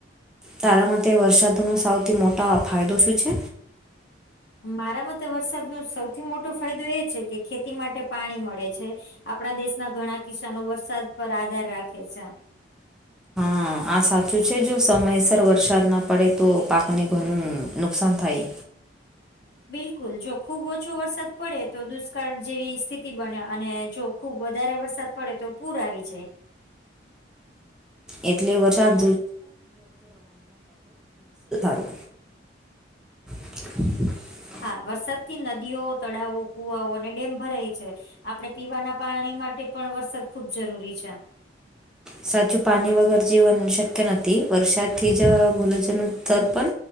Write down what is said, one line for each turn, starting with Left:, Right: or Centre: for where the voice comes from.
Centre: તારા માટે વરસાદ નો <unintelligible> મોટા ફાયદો શું છે?
Left: મારા <unintelligible> વરસાદનો સૌથી મોટો ફાયદો એ છે કે ખેતી માટે પાણી મળે છે. આપણા દેશના ઘણા કિસાનો વરસાદ પર આધાર રાખે છે.
Centre: હા આ સાચું છે જો સમયસર વરસાદ ના પડે તો પાકને ઘણું નુકસાન થાય.
Left: બિલકુલ જો ખુબ ઓછો વરસાદ પડે તો દુષ્કાળ જેવી સ્થિતિ બને અને જો ખુબ વધારે વરસાદ પડે તો પૂર આવી જાય.
Centre: એટલે વરસાદ <unintelligible> <inaudible>
Left: હા વરસાદ થી નદીઓ તળાવો કુવાઓ અને ડેમ ભરાય છે આપડે પીવાના પાણી માટે પણ વરસાદ ખુબ જરૂરી છે.
Centre: સાચું પાની વગર જીવન શક્ય નથી વરસાદથી જ <unintelligible> સ્તર પન